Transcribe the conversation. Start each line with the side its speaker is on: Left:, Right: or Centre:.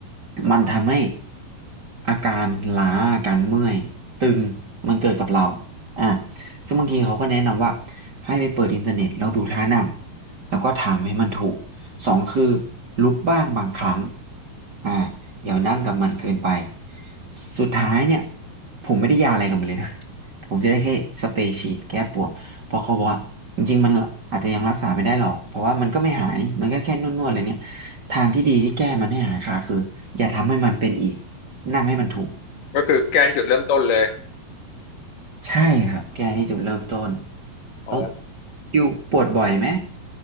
Right: มันทำให้อาการล้าอาการเมื่อยตึงมันเกิดกับเราอ่ะ ซึ่งบางทีเขาก็แนะนำว่าให้ไปเปิดอินเทอร์เน็ตแล้วดูท่านั่งแล้วก็ทำให้มันถูกสองคือลุกบ้างบางครั้งอ่าอย่านั่งกับมันเกินไปสุดท้ายเนี่ยผมไม่ได้ยาอะไรกับมันเลยนะ <laughs> ผมจะได้แค่สเปรย์ฉีดแก้ปวดเพราะเขาบอกว่าจริงๆมันอาจจะยังรักษาไม่ได้หรอกเพราะว่ามันก็ไม่หายมันก็แค่นวดๆอะไรเนี่ยทางที่ดีที่แก้มันให้หายขาดคืออย่าทำให้มันเป็นอีกนั่งให้มันถูก
Left: ก็คือแก้ที่จุดเริ่มต้นเลย
Right: ใช่ครับแก้ที่จุดเริ่มต้น
Left: อ๋อ
Right: ต้องคิวปวดบ่อยไหม